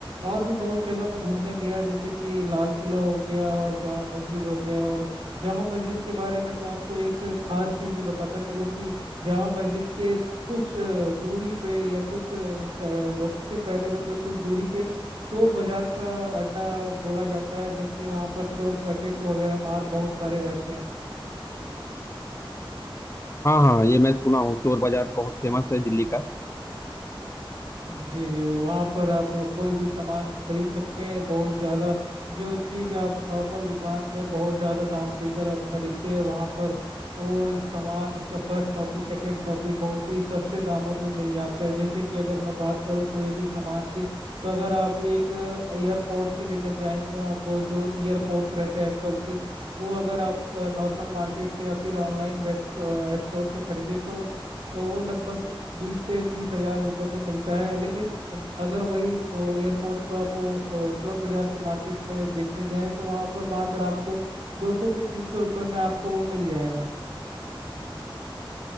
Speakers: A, on the right; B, on the left.
A: और भी बहुत जगह मैं घूमने गया जैसे कि लाल किला हो गया और जामा मस्जिद हो गया और जामा मस्जिद के बारे में तो आपको एक खास चीज भी बताता चलो कि जामा मस्जिद के कुछ अ, दूरी पे या कुछ अ, स- वक्त से पहले मतलब कुछ दूरी पे चोर बाजार का अड्डा बोला जाता है जो कि वहाँ पर चोर पैकेट वगैरह मार बहुत सारे रहते हैं
B: हाँ हाँ ये मैं सुना हूँ चोर बाजार बहुत फेमस है दिल्ली का
A: जी जी वहाँ पर आप वो कोई भी सामान को खरीद सकते हैं बहुत ज़्यादा जो चीज़ आप नॉर्मल दुकान में बहुत ज़्यादा दाम देकर आप खरीदते हैं वहाँ पर वो सामान उसका फर्स्ट कॉपी सेकंड कॉपी बहुत ही सस्ते दामों पे मिल जाता है जैसे कि अगर मैं बात करूँ कोई भी सामान की तो अगर आप एक ईयरपोर्ट से लेना चाहेंगे आप वो जो ईयरपोर्ट्स रहते हैं एप्पल के वो अगर आप नॉर्मल मार्केट से या फिर ऑनलाइन वेब ऐप स्टोर से खरीदे तो तो वो लगभग बीस से तीस हजार रुपए का मिलता है लेकिन अगर वही एयरपोर्ट्स को आप वो वो चोर बाजार के मार्केट में देखने जाए तो वहाँ पर मात्र आपको दो सौ से तीन सौ रुपये में आपको वो मिल जाएगा